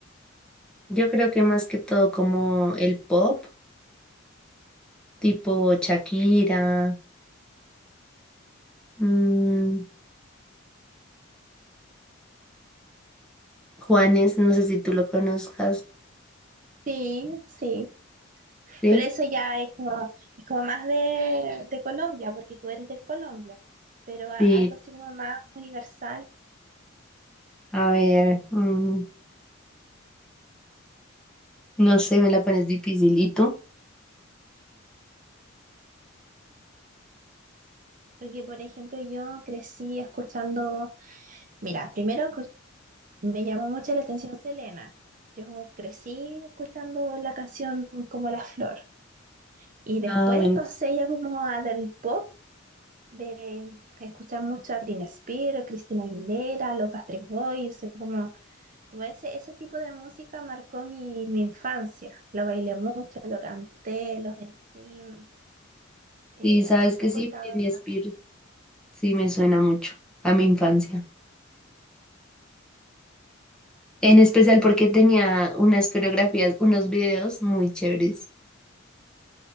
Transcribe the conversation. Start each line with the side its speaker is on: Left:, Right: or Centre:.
Centre: yo creo que más que todo como el pop tipo Shakira, mm, Juanes, no sé si tú lo conozcas,
Right: Sí, sí.
Centre: ¿sí?
Right: Pero eso ya es como, es como más de, de Colombia, porque tú eres de Colombia. Pero a-
Centre: Sí,
Right: algo así como más universal.
Centre: a ver, mm, no sé, me la pones difícil. ¿Y tú?
Right: Porque, por ejemplo, yo crecí escuchando. Mira, primero cu- me llamó mucho la atención Selena. Yo crecí escuchando la canción Como la flor. Y después
Centre: Ah, bueno,
Right: pasé ya como a del pop, de escuchar mucho a Britney Spears, Christina Aguilera, los Backstreet Boys, como. Como ese, ese tipo de música marcó mi, mi infancia. Lo bailé mucho, lo canté, los NSYNC. Eh,
Centre: sí, sabes
Right: hace poco
Centre: que sí,
Right: estaba,
Centre: Britney Spears, sí me suena mucho a mi infancia. En especial porque tenía unas coreografías, unos videos muy chéveres.